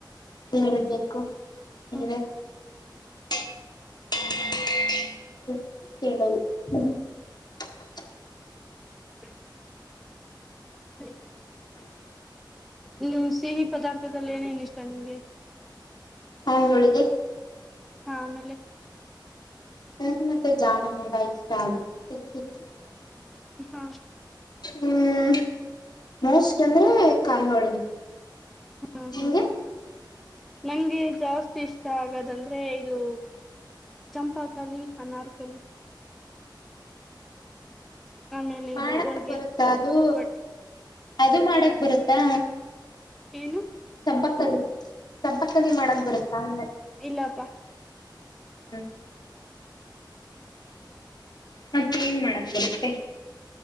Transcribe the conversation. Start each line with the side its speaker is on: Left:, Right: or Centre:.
Left: ಹೇಳ್ಬೇಕು ನೀವೇ.
Centre: ಹ್ಮ್
Left: <inaudible> <unintelligible>
Centre: <inaudible>
Left: <inaudible>
Centre: ಹ್ಮ ಸಿಹಿ ಪದಾರ್ಥದಲ್ಲಿ ಏನೇನು ಇಷ್ಟ ನಿಂಗೆ.
Left: ಕಾಯಿ ಹೋಳಿಗೆ.
Centre: ಹಾ ಆಮೇಲೆ,
Left: ನನ್ ಮತ್ತೆ ಜಾಮೂನ್ ಎಲ್ಲ ಇಷ್ಟ ಆಗುತ್ತೆ ತಿಂತೀನಿ.
Centre: ಹಾ,
Left: ಹ್ಮ್ ಮೋಸ್ಟ್ ಅಂದ್ರೆ ಕಾಯಿ ಹೋಳಿಗೆ.
Centre: ಹ್ಮ,
Left: ನಿಂಗೆ
Centre: ಹ್ಮ್ ನಂಗೆ, ಜಾಸ್ತಿ ಇಷ್ಟ ಆಗೋದಂದ್ರೆ ಇದು. ಚಂಪಾಕಲಿ, ಅನಾರ್ಕಲಿ, ಆಮೇಲೆ
Left: ಮಾಡಕ್
Centre: ಇದು ಹೋಳ್ಗೆ
Left: ಬರುತ್ತಾ ಅದು,
Centre: ಬಟ್
Left: ಅದು ಮಾಡಕ್ ಬರುತ್ತಾ,
Centre: ಏನು
Left: ಚಂಪಕ್ಕಲಿ ಚಂಪಕ್ಕಲಿ ಮಾಡಕ್ ಬರುತ್ತಾ ಅಂದೇ
Centre: ಇಲ್ಲಪ್ಪಾ
Left: ಹ್ಮ್ ಮತ್ತೆ ಏನ್ ಮಾಡಕ್ ಬರುತ್ತೆ